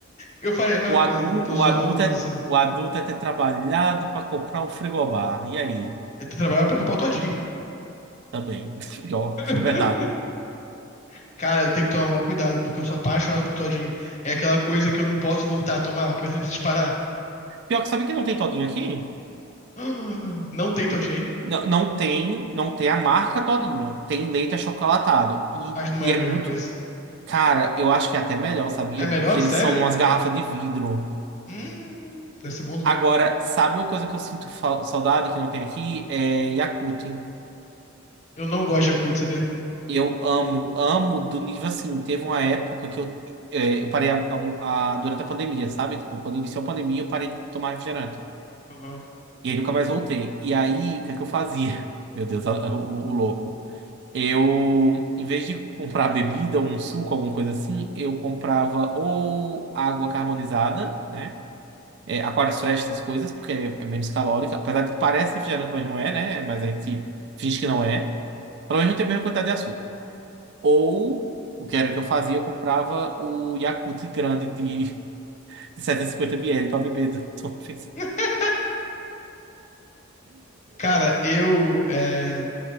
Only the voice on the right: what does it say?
O
adulto,
o adulto
é,
o adulto é ter trabalhado pra comprar o frigobar. E aí?
Também. <laughs> Pior,
que é verdade.
Pior que sabe que não tem todinho aqui?
Não, não tem, não tem a marca todinho. Tem leite achocolatado. E,
e
é
muito
Cara, eu acho que é até melhor, sabia?
Porque eles
são umas garrafas de vidro.
Agora, sabe uma coisa que eu sinto fal- saudade que não tem aqui? É Yakult.
Eu amo, amo do nível tipo assim. Teve uma época que eu, é, eu parei a- a- a- durante a pandemia, sabe? Tipo, quando iniciou a pandemia, eu parei de tomar refrigerante.
E aí nunca mais voltei. E aí, o que é que eu fazia? <laughs> Meu Deus, a- o, o louco. Eu, em vez de comprar bebida, um suco, alguma coisa assim, eu comprava ou água carbonizada, né? É, Aquarius Fresh, essas coisas, porque é é menos calórica. Apesar de que parece refrigerante, mas não é, né? Mas a gente finge que não é. Pelo menos não tem a mesma quantidade de açúcar. Ou, o que era que eu fazia, eu comprava o Yakult grande de, <laughs> de setecentos e cinquenta ml pra beber <laughs> de uma vez.